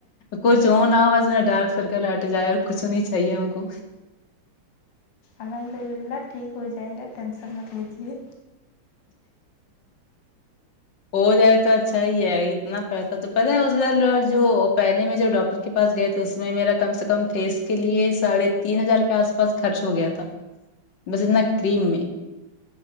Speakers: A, on the left; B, on the left.
A: کچھ ہو نہ ہو بس ما ڈارک سرکل ہٹ جائے اور کچھ ہو نہیں چاہیے ہم کو
B: الحمد للہ ٹھیک ہو جائے گا ٹینسن مت لیجیے
A: ہو جائے تو اچھا ہی ہے اتنا پیسہ تو پتاہ ہے ب جو پہلے میں جو ڈٹر کے پاس گئے تھے اس میں میرا کم سے کم فیس کے لیے ساڑھے تین ہزار کے آس پاس خرچ ہو گیا تھا بس اتنا کریم میں